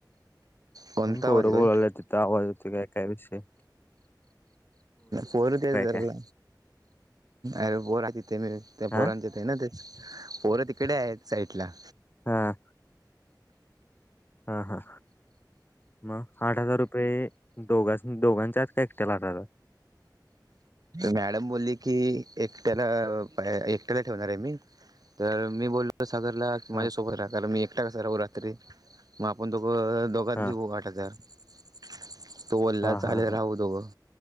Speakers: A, on the right; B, on the left.
A: कोणता
B: पोरं
A: आवाज येतोय
B: बोलायलेत तिथं आवाज येतोय. काय काय विषयं
A: पोर त्या धरला.
B: काय
A: अरे बोर आहे तिथ त्या
B: हा
A: बोरचे ना ते पोरं तिकडे आहेत साईड ला.
B: हा. हा. हा. मग आठ हजार रुपये दोघां दोघांच्यात काय एकट्याला आठ हजार.
A: मॅडम बोलली की एकट्याला एकट्याला ठेवणार आहे मी. तर मी बोल तर सागरला की माझ्यासोबत
B: हा
A: राहताना. मी एकटा कसा राहू रात्री. मग आपण दोघं दोघांत घेऊ
B: हा
A: गाडी. राहत्यात. तो बोल्ला
B: हा
A: चालेल
B: हा हा
A: राहू दोघं